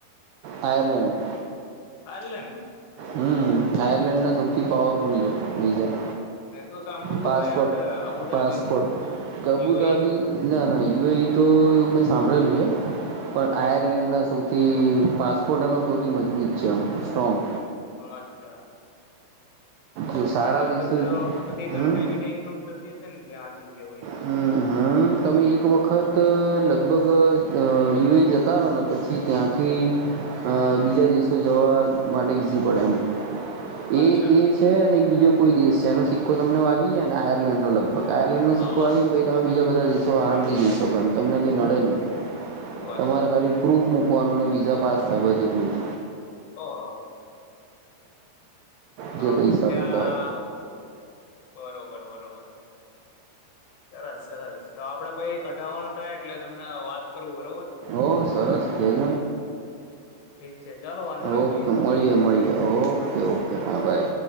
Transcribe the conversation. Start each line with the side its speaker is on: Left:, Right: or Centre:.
Right: આયરલેન્ડ
Left: અલેન
Right: હમ આયર્લેન્ડ ના સૌથી પાવરફુલ વિઝા
Left: મેં તો સાંભળ્યું તું
Right: પાસપોર્ટ
Left: ભાઈ આપડે અબુધાબી
Right: પાસપોટ
Left: નું શું
Right: કબુ
Left: પીઓઈ
Right: ત બી
Left: નો
Right: ના ના યુ એ તો એવું મેં સાંભળેલું છે પણ આયરલેન્ડના સૌથી પાસપોર્ટ એનો સૌથી મજબૂત છે આમ સ્ટ્રોંગ
Left: અચ્છા
Right: જો સારા
Left: એમાં
Right: દેશો
Left: તો બધી કન્ટ્રી
Right: હમ
Left: પેલી ઈન્કલુડ થતી ત્યાં થઈ ગયા હોય
Right: હમ હમ તમે એક વખત લગ લગભગ યુ એ જતા રહો ને પછી ત્યાંથી બીજા દેશો જવા માટે ઇઝી પડે એમ
Left: અચ્છા
Right: એ એ છે અને બીજો કોઈ દેશ છે એનો તો તમને વાગીે ને આયર્લેન્ડ નોગ બાયલન્નું
Left: હા
Right: શ તમે બીા બ બધા દિવસો આરામથી જઈ શકો એમ તમને કંઈ નડે નહીં
Left: શું વાત
Right: તમારે
Left: છે
Right: ખાલી પ્રૂફ મૂકવાનું અનેન વિઝા પાસ થાય છે, એટલું જ.
Left: હ, હ.
Right: જ જે
Left: અ
Right: પૈસા
Left: ત્યા
Right: થતા હોય
Left: બરોબર બરાબર, સરસ સરસ. તો આપડે પઈ કઢાવવાનો થાય, એટલે તમને વાત કરવું હો.
Right: ઓ, સરસ. કેજ,
Left: ઠીક છે ચાલો વાંધો નઈ
Right: ઓકે.
Left: ભાઈ
Right: મળીએ,
Left: આપડે
Right: મળીએ. ઓકે,
Left: હા
Right: ઓકે. હા, બાય.